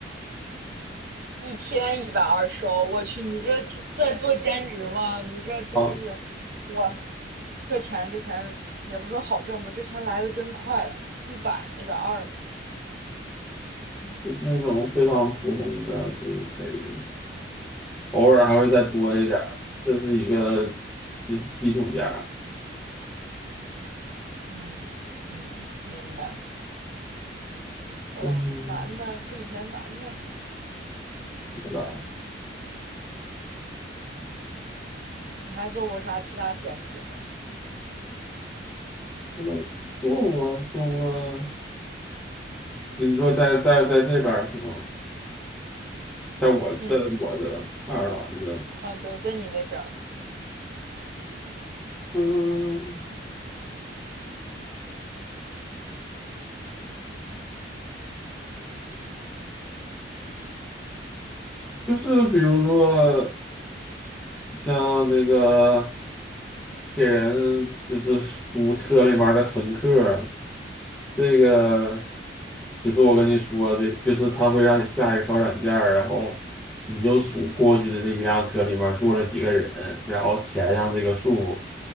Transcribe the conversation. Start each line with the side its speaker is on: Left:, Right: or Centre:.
Right: 一天一百二十欧我去，你这去在做兼职吗？你这真的是，
Centre: 我啊，
Right: 哇，这钱这钱也不说好挣吧，这钱来的真快呀、一百呢，一百二呢，
Centre: 就是那种非常普通的就可以，偶尔还会再多一点儿，这是一个就是基础价。
Right: 嗯嗯，明白。哎呦，
Centre: 嗯，
Right: 难呢，挣钱难呢。
Centre: 是吧
Right: 你还做过啥其他兼职没？
Centre: 我做我做过，你是说在在在这边儿是吗？在我在我的爱尔兰的，
Right: 嗯，啊，对，在你那边儿，
Centre: 嗯，就是比如说像那个给人就是数车里面儿的乘客儿这个就是我跟你说的，就是他会让你下一个小软件儿然后你就数过去的这一辆车里面儿坐了几个人，然后填上这个数，